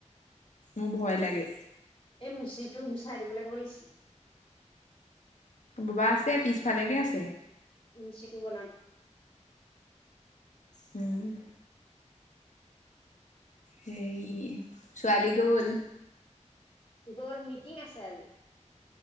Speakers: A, on the left; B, on the left.
A: মোৰ ভয় লাগে
B: এই মুচিটো গুচাই দিবলৈ ক'ব লাগিছিল
A: বোবা আছে পিছফালেকে আছে।
B: মুচিটো বনাম
A: উম, হেৰি ছোৱালী গ'ল?
B: গল মিটিং আছে আজি।